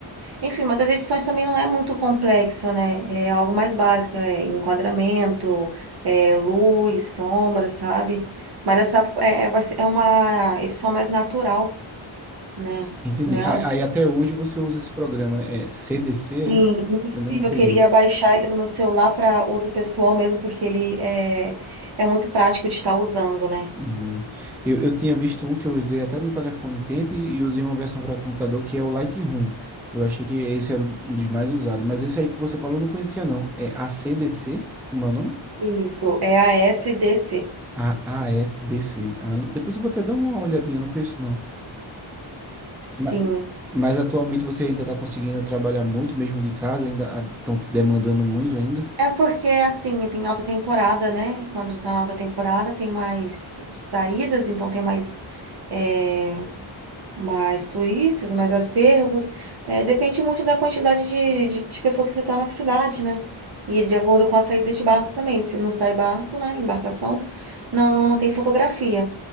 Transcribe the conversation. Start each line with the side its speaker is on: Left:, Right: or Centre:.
Right: enfim, mas as edições também não é muito complexa, né? É algo mais básico, é enquadramento, é luz, sombra, sabe? Mas essa é, vai ser, é uma edição mais natural, né?
Centre: Entendi.
Right: Né?
Centre: A-
Right: Os-
Centre: Aí até hoje você usa esse programa, né? É CDC,
Right: Sim.
Centre: é?
Right: Inclusive,
Centre: Eu não entendi.
Right: eu queria baixar ele no meu celular para uso pessoal mesmo, porque ele é, é muito prático de estar usando, né?
Centre: Hum, eu, eu tinha visto um que eu usei até no telefone um tempo e, e usei uma versão para computador que é o Lightroom. Eu achei que esse era um dos mais usados, mas esse aí que você falou eu não conhecia não. É A C ACDC, como é o nome?
Right: Isso, é a SDC.
Centre: A AASDC. Ah, não- depois eu vou até dar uma olhadinha, eu não conheço não.
Right: Sim.
Centre: Ma- Mas, atualmente você ainda está conseguindo trabalhar muito mesmo de casa, ainda estão te demandando muito ainda?
Right: É porque, assim, tem alta temporada, né? Quando tá na alta temporada, tem mais saídas, então tem mais, é, mais turistas, mais acervos. É, depende muito da quantidade de, de, de pessoas que estão na cidade, né? E de acordo com a saída de barco também. Se não sai barco, né? Embarcação, não, não tem fotografia.